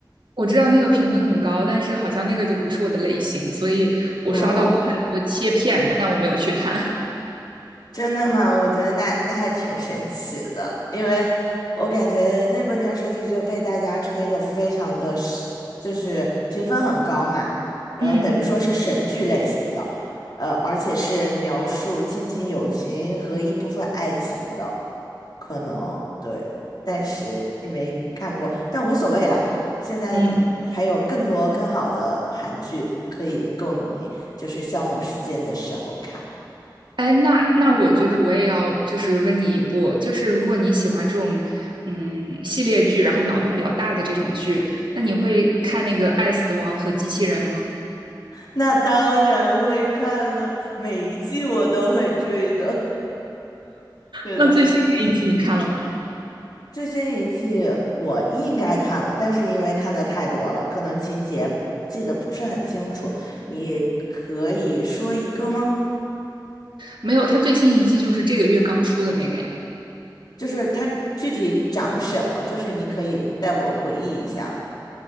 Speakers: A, on the right; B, on the left.
A: 我知道那个评分很高，但是好像那个就不是我的类型，所以我刷到过很多切片，
B: 哦，
A: 但我没有去看。<laughs>
B: 真的吗？我觉得那那还挺神奇的，因为我感觉那部电视剧就被大家吹得非常的是就是评分很高嘛，然后等于说是神剧类型的，
A: 嗯
B: 呃，而且是描述亲情、友情和一部分爱情的，可能对，但是你没看过，但无所谓啦。现在呢还有更多更好的韩剧可以供你就是消磨时间的时候看。
A: 嗯，哎，那那我觉得我也要就是问你一部，就是如果你喜欢这种嗯系列剧，然后脑洞比较大的这种剧，那你会看那个《爱死亡和机器人》吗？
B: 那当然会看了，每一季我都会追的。<laughs> 是的，
A: 那最新的一季你看了吗？
B: 最新一季我应该看了，但是因为看的太多了，可能情节记得不是很清楚。你可以说一个吗？
A: 没有，它最新一季就是这个月刚出的那个呀。
B: 就是它具体讲什么？就是你可以带我回忆一下吗